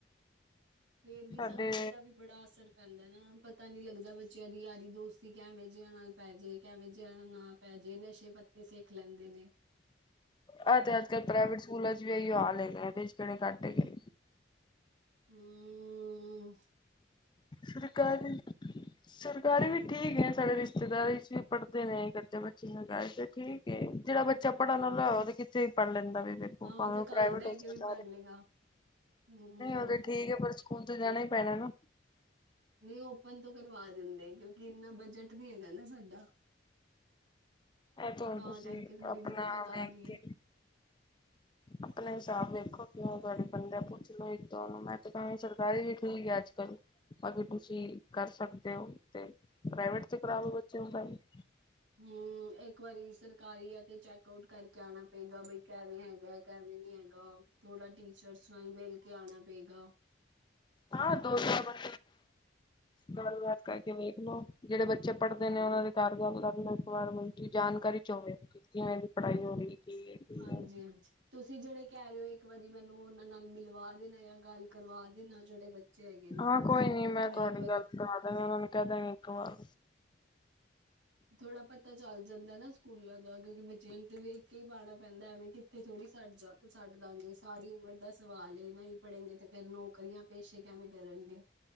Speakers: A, on the right; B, on the left.
A: ਫੇਿਰ ਵੀ
B: ਸਾਡੇ
A: ਸੰਗਤ ਦਾ ਵੀ, ਬੜਾ ਅਸਰ ਪੈਂਦਾ ਨਾ, ਪਤਾ ਨੀ ਲੱਗਦਾ ਬੱਚਿਆਂ ਦੀ ਯਾਰੀ ਦੋਸਤੀ ਕਿਵੇਂ ਜਿਆ ਨਾਲ ਪੈ ਜੇ ਕਿਵੇ ਜਿਆ ਨਾਲ ਪੈ ਜੇ, ਨਸ਼ੇ ਪੱਤੇ ਸਿੱਖ ਲੈਂਦੇ ਨੇ
B: ਆਹ ਤੇ ਅੱਜ ਕੱਲ੍ਹ ਪ੍ਰਾਈਵੇਟ ਸਕੂਲਾਂ ਚ ਵੀ ਇਹੀ ਹਾਲ ਹੈਗਾ, ਇਹਦੇ ਚ ਕਿਹੜੇ ਘੱਟ ਹੈਗਾ ਏ
A: ਹਮ
B: ਸਰਕਾਰੀ- ਸਰਕਾਰੀ ਵੀ ਠੀਕ ਹੈ, ਸਾਡੇ ਰਿਸ਼ਤੇਦਾਰਾਂ ਵੀ 'ਚ ਪੜ੍ਹਦੇ ਨੇ ਇਕ ਅੱਧੇ ਬੱਚੇ ਸਰਕਾਰੀ ਤਾਂ ਠੀਕ ਜਿਹੜਾ ਬੱਚਾ ਪੜ੍ਹਨ ਵਾਲਾ ਹੋਏ ਉਹ ਤੇ ਕਿੱਤੇ ਪੜ੍ਹ ਲੈਂਦਾ ਭਾਵੇਂ
A: ਹਾਂ ਤੇ
B: ਉਹ
A: ਘਰ
B: ਪ੍ਰਾਈਵੇਟ
A: ਬਹਿ
B: ਹੋਵੇ ਜਾ
A: ਕੇ
B: ਸਰਕਾਰੀ,
A: ਵੀ ਪੜ ਲਏਗਾ। ਹੂੰ,
B: ਉਹ ਤੇ ਠੀਕ ਹੈ ਪਰ ਸਕੂਲ ਤੇ ਜਾਣਾ ਹੀ ਪੈਣਾ ਨਾ
A: ਨਹੀਂ ਓਪਨ ਤੋਂ ਕਰਵਾ ਦਿੰਦੇ, ਕਿਉਂਕਿ ਇੰਨਾ ਬਜਟ ਨਹੀ ਹੈਗਾ ਨਾ ਸਾਡਾ
B: ਇਹ ਤੇ ਹੁਣ
A: ਤਾਂ
B: ਤੁਸੀਂ
A: ਕਰਕੇ ਥੋੜ੍ਹੀ
B: ਆਪਣਾ
A: ਦਿੱਕਤ ਆ
B: ਵੇਖ
A: ਰਹੀ ਹੈ।
B: ਕੇ, ਆਪਣੇ ਹਿਸਾਬ ਵੇਖੋ ਕਿਂ ਤੁਹਾਡੇ ਬੰਨਦੇ ਆਂ, ਪੁੱਛ ਲੋੋ ਇੱਕ ਦੋ ਨੂੰ ਮੈਂ ਤੇ ਕਹਾਂਗੀ ਸਰਕਾਰੀ ਵੀ ਠੀਕ ਹੈ ਅੱਜ ਕੱਲ੍ਹ। ਅੱਗੇ ਤੁਸੀਂ ਕਰ ਸਕਦੇ ਹੋ ਤੇ, ਪ੍ਰਾਈਵੇਟ ਤੇ ਕਰਾਵੋ ਬੱਚੇ ਨੂੰ ਪੜਾਈ।
A: ਹਮ, ਇੱਕ ਵਾਰੀ ਸਰਕਾਰੀ ਆ ਤੇ ਚੈਕ ਆਊਟ ਕਰਕੇ ਆਉਣਾ ਪਏਗਾ ਬਈ ਕਿਵੇਂ ਹੈਗਾ। ਕੈਵੇਂ ਨੀ ਹੈਗਾ, ਥੋੜ੍ਹਾ ਟੀਚਰਸ ਨਾਲ ਮਿਲ ਕੇ ਆਉਣਾ ਪਏਗਾ।
B: ਹਾਂ ਦੋ ਚਾਰ ਵਾਰ ਗੱਲਬਾਤ ਕਰਕੇ ਵੇਖ ਲਓ, ਜਿਹੜੇ ਬੱਚੇ ਪੜ੍ਹਦੇ ਨੇ ਉਹਨਾਂ ਦੇ ਘਰ ਗੱਲ ਕਰ ਲਓ ਇੱਕ ਵਾਰ ਬਾਈ ਕਿ ਜਾਣਕਾਰੀ ਚੋ ਹੋਵੇ, ਕਿਵੇਂ ਦੀ ਪੜ੍ਹਾਈ ਹੋ ਰਹੀ ਕੀ ਹੈ ਕੀ
A: ਹਾਂਜੀ
B: ਨਹੀਂ
A: ਹਾਂਜੀ- ਤੁਸੀਂ ਜਿਹੜੇ ਕਹਿ ਰਹੇ ਹੋ ਇੱਕ ਵਾਰੀ ਮੈਨੂੰ ਉਹਨਾਂ ਨਾਲ ਮਿਲਵਾ ਦੇਣਾ ਜਾਂ ਗੱਲ ਕਰਵਾ ਦੇਣਾ, ਜਿਹੜੇ ਬੱਚੇ ਹੈਗੇ ਨੇ
B: ਹਾਂ
A: ਉਹ
B: ਕੋਈ ਨੀ ਮੈਂ ਤੁਹਾਡੀ
A: ਇੱਕ ਵਾਰੀ
B: ਗੱਲ ਕਰਵਾ ਦਾਂਗੀ, ਉਹਨਾਂ ਨੂੰ ਕਹਿ ਦਾਂਗੀ ਇੱਕ ਵਾਰ
A: ਥੋੜਾ ਪਤਾ ਚੱਲ ਜਾਂਦਾ ਨਾ ਸਕੂਲਾਂ ਦਾ, ਕਿਉਂਕਿ ਬੱਚਿਆਂ ਨੂੰ ਤੇ ਵੇਖ ਕੇ ਪਾਉਣਾ ਪੈਂਦਾ, ਐਵੇਂ ਕਿੱਥੇ ਥੋੜੀ ਛੱਡ ਜਾ ਛੱਡ ਦਾਂਗੇ ਸਾਰੀ ਉਮਰ ਦਾ ਸਵਾਲ ਏ, ਨਹੀਂ ਪੜੇਗੇਂ ਤੇ ਫੇਰ ਨੌਕਰੀਆਂ ਪੇਸ਼ੇ ਕਿਵੇਂ ਕਰਨਗੇ।